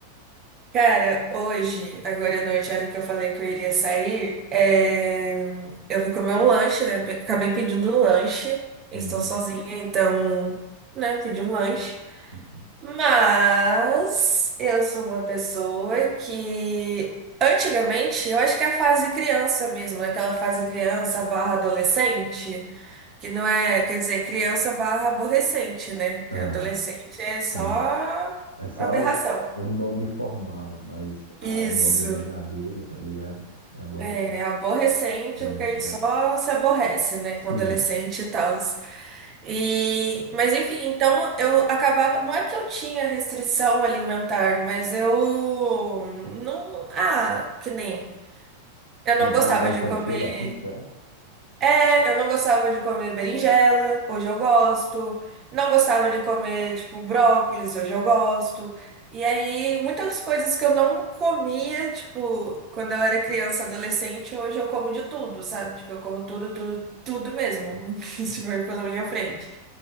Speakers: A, on the right (about 30°); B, on the right (about 80°).
A: Cara, hoje, agora à noite, a hora que eu falei que eu iria sair, é, eu fui comer um lanche, né? Acabei pedindo um lanche. Estou
B: Uhum,
A: sozinha, então, né, pedi um lanche.
B: uhum.
A: Mas eu sou uma pessoa que antigamente, eu acho que é a fase criança mesmo, naquela fase criança barra adolescente. Que não é, quer dizer, criança barra aborrecente, né? Que
B: Ah,
A: adolescente é
B: sim.
A: só
B: É só
A: aberração.
B: um nome formal, mas ah,
A: Isso,
B: um nome verdadeiro, tá ligado? É aborrecente.
A: é aborrecente,
B: É,
A: é porque
B: exato.
A: a gente só se aborrece, né?
B: Sim.
A: Com adolescente e tal. E, mas enfim, então eu acabava. Não é que eu tinha restrição alimentar, mas eu não. Ah, que nem. Eu
B: Tinha
A: não
B: um
A: gostava
B: paladar infantil
A: de comer.
B: assim, será?
A: É, eu não gostava de comer berinjela, hoje eu gosto. Não gostava de comer, tipo, brócolis, hoje eu gosto. E aí, muitas coisas que eu não comia, tipo, quando eu era criança, adolescente, hoje eu como de tudo, sabe? Tipo, eu como tudo, tudo, tudo mesmo, <laughs> que estiver pela minha frente.